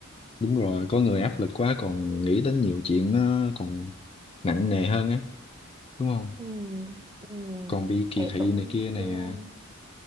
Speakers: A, on the left; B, on the right.
A: đúng rồi có người áp lực quá còn nghĩ đến nhiều chuyện nó còn nặng nề hơn ấy đúng không
B: ừ, ừ,
A: còn bị kỳ
B: thấy
A: thị
B: cũng
A: này kia nè
B: thương